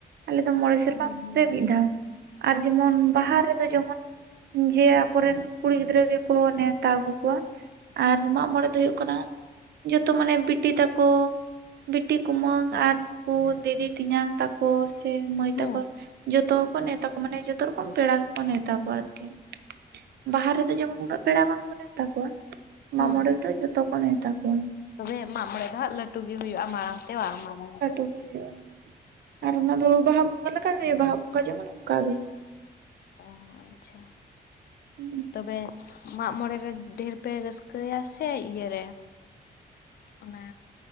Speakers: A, on the right; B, on the left.
A: ᱟᱞᱮ ᱫᱚ ᱢᱚᱬᱮ ᱥᱮᱨᱢᱟ
B: ᱦᱮᱸ ᱦᱮᱸ ᱦᱮᱸ
A: ᱨᱮ ᱢᱤᱫ ᱫᱷᱟᱣ᱾ ᱟᱨ ᱡᱮᱢᱚᱱ ᱵᱟᱦᱟ ᱨᱮᱫᱚ ᱡᱮᱢᱚᱱ ᱡᱮ ᱟᱠᱚᱨᱮᱱ ᱠᱩᱲᱤ ᱜᱤᱫᱽᱨᱟᱹ ᱜᱮ ᱠᱚ ᱱᱮᱣᱛᱟ ᱟᱹᱜᱩ ᱠᱚᱣᱟ ᱟᱨ ᱢᱟᱜᱽ ᱢᱚᱬᱮ ᱫᱚ ᱦᱩᱭᱩᱜ ᱠᱟᱱᱟ ᱡᱚᱛᱚ ᱢᱟᱱᱮ ᱵᱤᱴᱤ ᱛᱟᱠᱚ, ᱵᱤᱴᱤ ᱠᱩᱢᱟᱹᱝ ᱟᱨ ᱱᱩᱠᱩ ᱫᱤᱫᱤ ᱛᱮᱧᱟᱝ ᱛᱟᱠᱚ᱾ ᱠᱚ ᱥᱮ ᱢᱟᱹᱭ
B: ᱚ
A: ᱛᱟᱠᱚ᱾ ᱡᱚᱛᱚ ᱜᱮᱠᱚ ᱱᱮᱛ ᱛᱟᱠᱚ ᱢᱟᱱᱮ ᱡᱚᱛᱚ ᱨᱚᱠᱚᱢ ᱯᱮᱲᱟ ᱜᱮᱠᱚ ᱱᱮᱣᱛᱟ ᱠᱚᱣᱟ ᱟᱨᱠᱤ, ᱵᱟᱦᱟ ᱨᱮᱫᱚ ᱡᱮᱢᱚᱱ ᱩᱱᱟᱹᱜ ᱯᱮᱲᱟ ᱵᱟᱝᱠᱚ ᱱᱮᱣᱛᱟ ᱛᱟ ᱠᱚᱣᱟ᱾ ᱢᱟᱜ
B: ᱦᱮᱸ
A: ᱢᱚᱬᱮ
B: ᱦᱮᱸ
A: ᱨᱮᱫᱚ ᱡᱚᱛᱚ ᱠᱚ ᱱᱮᱣᱛᱟ ᱠᱚᱣᱟ᱾
B: ᱛᱚᱵᱮ ᱢᱟᱜᱽ ᱢᱚᱬᱮ ᱫᱚ ᱦᱟᱸᱜ ᱞᱟᱹᱴᱩ ᱜᱮ ᱦᱩᱭᱩᱜᱼᱟ ᱢᱟᱨᱟᱝ ᱛᱮ ᱵᱟᱝ ᱢᱟᱨᱟᱝ ᱜᱮ᱾
A: ᱠᱟᱜᱮ ᱦᱩᱭᱩᱜ-ᱟ
B: ᱦᱩᱸ
A: ᱟᱨ ᱚᱱᱟ ᱫᱚ ᱵᱟᱦᱟ ᱵᱚᱸᱜᱟ ᱞᱮᱠᱟᱜᱮ ᱵᱟᱦᱟ ᱵᱚᱸᱜᱟ ᱡᱮᱢᱚᱱ ᱚᱱᱠᱟ ᱜᱮ᱾
B: ᱚ ᱟᱪᱪᱷᱟ᱾
A: ᱦᱩᱸ᱾
B: ᱛᱚᱵᱮ ᱢᱟᱜᱢᱚᱬᱮ ᱨᱮ ᱰᱷᱮᱨ ᱯᱮ ᱨᱟᱹᱥᱠᱟᱹᱭᱟ ᱥᱮ ᱤᱭᱟᱹᱨᱮ? ᱚᱱᱟ